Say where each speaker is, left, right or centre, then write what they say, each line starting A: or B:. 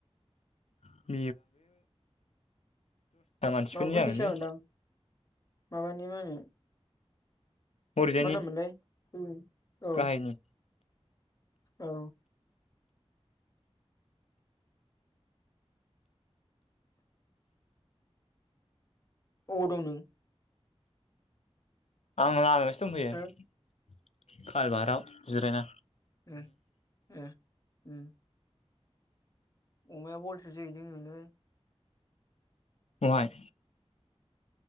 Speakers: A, on the left; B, on the left.
A: <unintelligible> <unintelligible> मानसिफोरनि
B: माबाफोरनिसो
A: जागोन बे
B: जागोनदां माबानि मा होनो
A: हरैजायनि
B: मा नाम मोनलाय उम औ
A: गाहायनि
B: औ अबाव दं नों
A: आं लामायावसो दंफैयो
B: हो
A: खालबाराव जिरायना
B: उम ए उम अमाया बलसो जोयैदों <unintelligible>
A: अहाय